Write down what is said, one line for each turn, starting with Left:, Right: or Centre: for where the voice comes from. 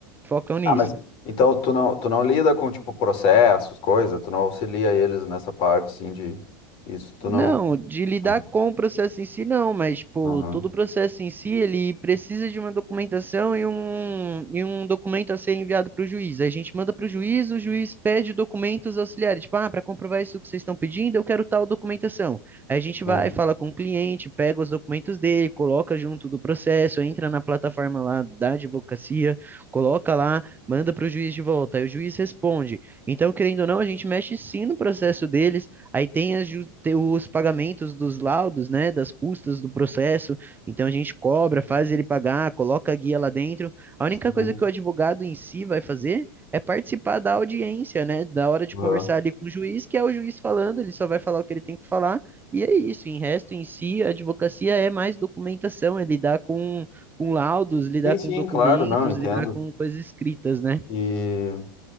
Right: focam nisso.
Left: Ah, mas então tu não tu não lida com tipo processos, coisa, tu não auxilia eles nessa parte sim de isso, tu não.
Right: Não, de lidar
Left: Ah,
Right: com o processo em si, não, mas, pô,
Left: Aham.
Right: todo o processo em si, ele precisa de uma documentação e um, e um documento a ser enviado para o juiz. Aí A gente manda para o juiz, o juiz pede documentos auxiliares, tipo, ah, para comprovar isso que vocês estão pedindo, eu quero tal documentação. Aí a gente
Left: Sim,
Right: vai, fala com o cliente, pega os documentos dele, coloca junto do processo, entra na plataforma lá da advocacia, coloca lá, manda para o juiz de volta, aí o juiz responde. Então, querendo ou não, a gente mexe sim no processo dele, Aí tem, as ju- tem os pagamentos dos laudos, né, das custas do processo. Então a gente cobra, faz ele pagar, coloca a guia lá dentro. A única
Left: sim.
Right: coisa que o advogado em si vai fazer é participar da audiência, né, da hora de
Left: Aham.
Right: conversar ali com o juiz, que é o juiz falando, ele só vai falar o que ele tem que falar. E é isso, em resto em si, a advocacia é mais documentação, é lidar com, com laudos, lidar
Left: Sim, sim,
Right: com documentos,
Left: claro, não, entendo.
Right: lidar com coisas escritas, né?
Left: E...